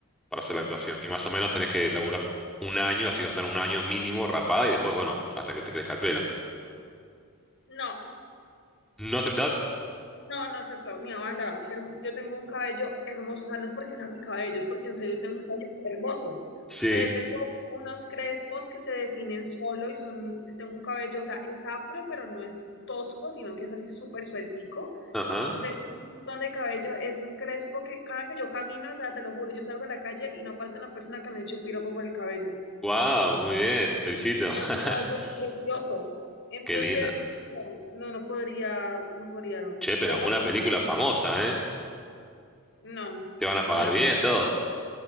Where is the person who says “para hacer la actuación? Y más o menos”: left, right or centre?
Centre